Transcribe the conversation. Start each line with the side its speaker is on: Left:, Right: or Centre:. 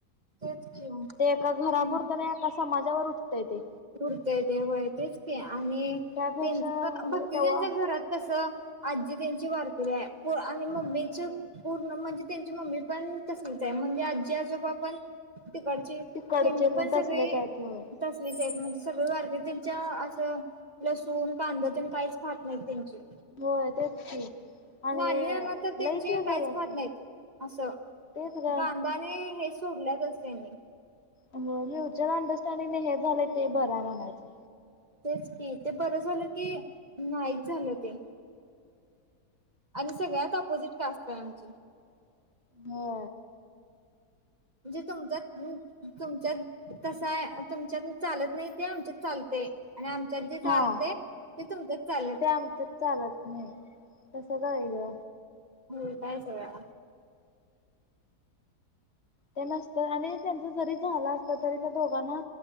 Right: तेच की.
Left: ते एका घरापुरतं नाही. समाजावर उठतय ते
Right: उडतय देव आहे तेच ते आणि
Left: त्यापेक्षा
Right: त्यां भक्ती
Left: तेव्हा
Right: त्यांच्या घरात कस आजी त्यांची वारकरी आहे आणि मम्मीच
Left: हो
Right: पूर्ण म्हणजे त्यांची मम्मी पण तसलीच आहे म्हणजे आजी आजोबा पण तिकडची त्यांनी
Left: तिकडचे
Right: पण सगळे
Left: तसलेच आहेत होय
Right: तसलेच आहेत. म्हणजे सगळ आरती त्यांच्या असं लसूण कांदा ते काहीच खात नाहीत त्यांचे
Left: होय तेच की आणि
Right: नाना तर त्यांचे
Left: लईच हे झालं
Right: काहीच
Left: असत
Right: खात नाहीत. असं
Left: तेच ग
Right: कांदा आणि हे सोडल्याच त्यांनी
Left: फ्युचर अंडरस्टँडिंग हे झालंय ते बरं आहे म्हणायचं.
Right: तेच की ते बरं झालं की नाहीच झालं ते आणि सगळ्यात ऑपोजिट जास्त आहेआमची.
Left: हो
Right: म्हणजे तुमच्या तुमच्यात तस आहे तुमच्यात चालत नाही ते आमच्यात चालते आणि आमच्यात जे
Left: हा
Right: चालते ते तुमच्याच चालत
Left: ते
Right: नाही.
Left: आमच्यात चालत नाही तस तर आहे ग
Right: उलटा आहे सगळा
Left: ते नसत आणि त्यांच जरी झालं असत तरी त्या दोघांना